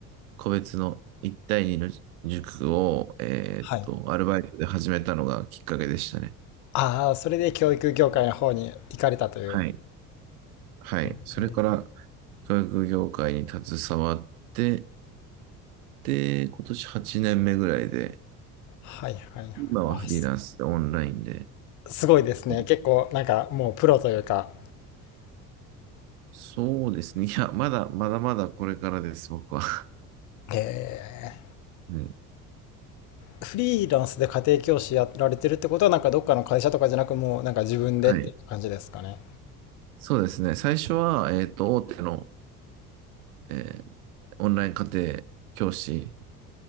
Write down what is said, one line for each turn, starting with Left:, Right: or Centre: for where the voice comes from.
Right: 個別の1対2の塾を、えーっと、
Left: はい
Right: アルバイトで始めたのがきっかけでしたね。
Left: ああーそれで教育業界の方に行かれたという
Right: はい。はい。
Left: えー
Right: それから、教育業界に携わって、で、今年8年目ぐらいで、
Left: はいはいはいあ
Right: 今はフリーランスでオンラインで。
Left: すごいですね。
Right: はい
Left: 結構、なんかもうプロというか、
Right: そうですね。いや、まだ、まだまだこれからです、僕は。<laughs>
Left: え
Right: うん
Left: ー、フリーランスで家庭教師やられてるってことは、なんかどっかの会社とかじゃなく、もうなんか自分でって感じですかね。
Right: はい。そうですね。最初は、えっと、大手の、えーオンライン家庭教師、